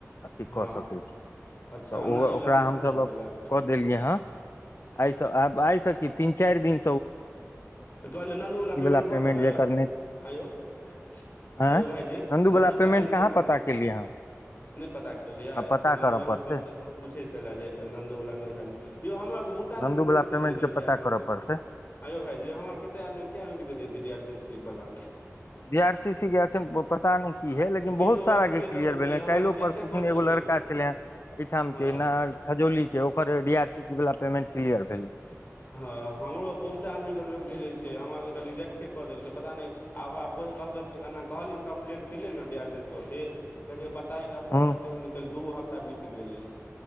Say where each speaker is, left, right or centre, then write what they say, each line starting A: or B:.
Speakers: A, on the left; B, on the left.
A: अथी
B: हँ
A: कऽ सकै छी
B: अच्छा
A: तऽ
B: एना
A: ओ
B: अइवला
A: ओकरा
B: सिस्टम
A: हम सब
B: भऽ गेलै
A: कऽ देलियै हन आइसँ आब आइसँ कि तीन चाइर दिन
B: कहलियै नन्दूवला पेमेंट
A: वला
B: भऽ गेलै
A: जे करने
B: आयौ <inaudible>
A: आँय
B: आयौ भाईजी
A: नन्दू
B: नंदु वला
A: पेमेंट
B: पमेंट
A: कहाँ
B: केना
A: पता
B: हेतै
A: केलियै हँ
B: नै पता केलियै
A: आ पता
B: नन्दुआ
A: करऽ पड़तै
B: बात अखनो पूछै छला जे नंदूवला नै ऐल यौ हमर बहुत आदमी
A: नन्दू
B: केँ रोइक
A: वला
B: देने
A: पेमेंट
B: हे
A: के
B: य डी
A: पता
B: आर सी
A: करऽ
B: सी
A: पड़तै
B: आयौ भाईजी हमर कते आदमी किया रोक देने छियै डी आर सी सी वाला।
A: डी आर सी सी के अखन पता नै की हे लेकिन
B: किछो
A: बहुत सारा
B: अथी
A: के
B: चलि
A: क्लियर
B: रहल छै
A: भेले
B: हमरा
A: ह काइलों
B: रिजेक्टे
A: परसो
B: कऽ
A: खिन
B: देलकै
A: एगो लड़का। छले एहिठाम
B: हँ
A: केँ न खजौली केँ ओकर डी आर सी वाला पेमेंट क्लियर भेले।
B: ह हमरो आ बहुत। आदमी केँ रोइक देने छै हमरा आर केँ तऽ रिजेक्टे कऽ देलकै पता नै आ ओकरा कहलेक। एना कहलियन कम्पलेन कलिये न D R C C office कहै छै बताएंगे अभी
A: हूँ
B: तक बतेबो ने कै दू हफ्ता बीत गेलै।